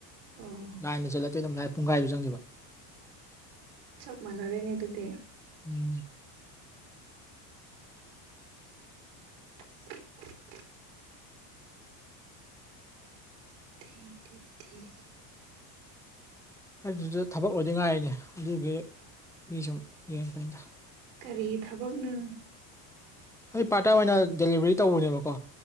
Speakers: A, on the right; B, in the centre.
A: ꯑꯣ
B: ꯂꯅꯥꯥꯏꯟꯗ ꯆꯠꯂꯛꯇꯦꯗꯝꯗꯥꯏ ꯄꯨꯡꯈꯥꯏꯗꯨ ꯆꯪꯈꯤꯕ
A: ꯆꯞ ꯃꯥꯟꯅꯔꯦꯅꯦ ꯑꯗꯨꯗꯤ
B: ꯎꯝ
A: <inaudible> <unintelligible>
B: ꯑꯗꯨꯗ ꯊꯕꯛ ꯑꯣꯏꯗꯉꯥꯏꯅꯦ ꯑꯗꯨꯒꯤ ꯃꯤ ꯁꯨꯝ ꯌꯦꯡꯕꯅꯤꯗ
A: ꯀꯒꯥꯔꯤ ꯊꯕꯛꯅ
B: ꯑꯩ ꯄꯥꯔꯠ ꯇꯥꯏꯝ ꯑꯣꯏꯅ ꯗꯦꯂꯤꯕꯔꯤ ꯇꯧꯕꯅꯦꯕꯀꯣ